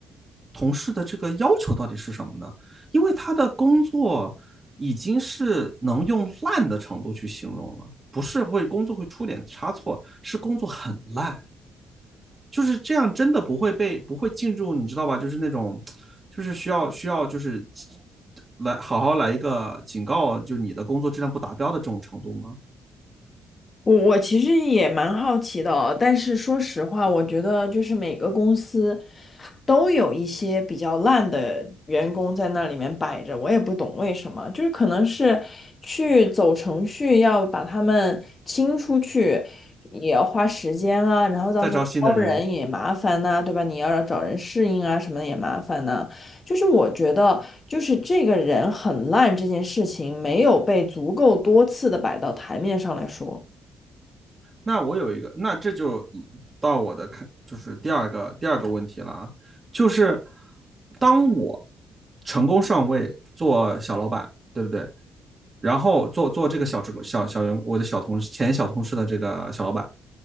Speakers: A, on the right; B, on the left.
A: 同事的这个要求到底是什么呢？因为他的工作已经是能用烂的程度去形容了，不是会工作会出点差错，是工作很烂。就是这样，真的不会被不会进入，你知道吧？就是那种，就是需要需要就是来好好来一个警告，就是你的工作质量不达标的这种程度吗？
B: 我我其实也蛮好奇的哦，但是说实话，我觉得就是每个公司都有一些比较烂的员工在那里面摆着，我也不懂为什么，就是可能是去走程序要把他们清出去，也要花时间啊，然后到时候招人也麻烦呐、
A: 再招新的人，
B: 对吧？你要找人适应啊，什么的也麻烦呐、就是我觉得，就是这个人很烂这件事情没有被足够多次的摆到台面上来说。
A: 那我有一个，那这就到我的看，就是第二个第二个问题了啊，就是当我成功上位做小老板，对不对？然后做做这个小职工小小员，我的小同事前小同事的这个小老板，